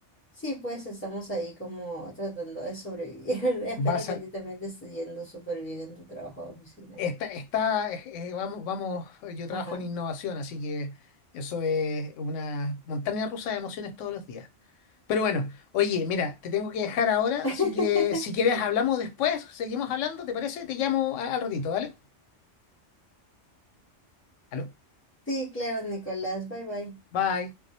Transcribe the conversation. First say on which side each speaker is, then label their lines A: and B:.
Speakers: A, on the left (about 15°); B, on the left (about 85°).
A: sí, pues estamos ahí como tratando de sobrevivir. <laughs> Espero
B: Vas
A: que
B: a,
A: a ti también te esté yendo súper bien en tu trabajo de oficina.
B: Está, está, eh, eh, vamos, vamos, yo trabajo
A: Ajá.
B: en innovación, así que eso es una montaña rusa de emociones todos los días. Pero bueno, oye, mira, te tengo que dejar ahora,
A: <laughs>
B: así que si quieres hablamos después, seguimos hablando, ¿te parece? Te llamo a- al ratito, ¿vale? Aló,
A: Sí, claro, Nicolás. Bye bye.
B: bye.